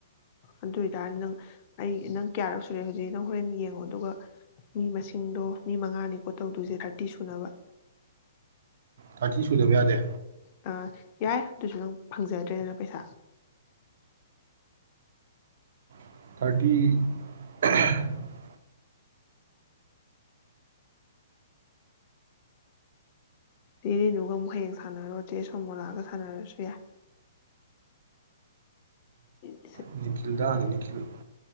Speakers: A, on the left; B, on the right.
A: ꯑꯗꯨꯏꯇꯥꯔꯗꯤ ꯅꯪ ꯑꯩ ꯅꯪ ꯀꯌꯥꯔꯛ ꯁꯨꯔꯦ ꯍꯧꯖꯤꯛ ꯅꯪ ꯍꯣꯔꯦꯟ ꯌꯦꯡꯉꯣ ꯑꯗꯨꯒ ꯃꯤ ꯃꯁꯤꯡꯗꯣ ꯃꯤ ꯃꯉꯥꯅꯤꯀꯣ ꯇꯧꯗꯣꯏꯁꯦ ꯊꯥꯔꯇꯤ ꯁꯨꯅꯕ
B: ꯀꯥꯇ ꯁꯨꯂꯕ ꯌꯥꯗꯦ
A: ꯑꯥ ꯌꯥꯏ ꯑꯗꯨꯁꯨ ꯅꯪ ꯐꯪꯖꯗ꯭ꯔꯦꯗꯅ ꯄꯩꯁꯥ
B: ꯊꯥꯔꯇꯤ
A: ꯁꯤꯤꯔꯤꯅꯨꯒ ꯑꯃꯨꯛ ꯍꯌꯦꯡ ꯁꯥꯟꯅꯔꯨꯔ ꯆꯦ ꯁꯣꯃꯣꯂꯥꯒ ꯁꯥꯟꯅꯔꯁꯨ ꯌꯥꯏ ꯎꯝ
B: ꯅꯤꯡꯅꯤꯀꯤꯜꯗ ꯑꯅꯤ ꯅꯤꯡꯅꯤꯈꯜ